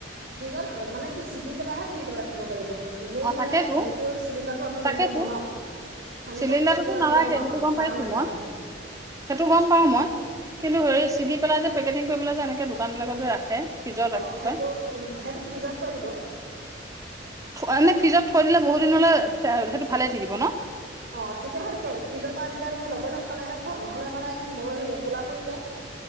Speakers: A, on the right; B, on the right.
A: ফিজত মানে কি ছিগি পেলাইহে ফ্ৰিজত ৰাখে। খিব পাৰিব। এনেই
B: অ তাকেতো
A: মানে সেইটো চিলিণ্ডাৰটো আমি
B: তাকেতো
A: যেনেকে বনাও, সেনেকে
B: চিলিণ্ডাৰটোতো
A: ফ্ৰিজত ৰাখিব
B: নাৰাখে
A: নোৱাৰা
B: সেইটো গম
A: পৰা
B: পাইছো
A: নাযায়
B: মই
A: তাৰমানে।
B: সেইটো গম পাও মই কিন্তু হে ছিগি পেলাই যে পেকেটিং কৰিবলৈ যে এনেকে দোকান বিলাক যে ৰাখে ফ্ৰিজত ৰাখি
A: অ সেইটো
B: থয়
A: উ সেইটো ফিজত থৈ দিব।
B: মানে ফিজত থৈ বহু দিন হ সেইটো ভালে থাকিব ন?
A: অ ঠিকেছে ঠিকে ফিজৰ পৰা আন পাই তুমি লগতে খালেহে খোৱা, নহ'লে মানে কি মৰহি যায় কোলা পৰি যায়।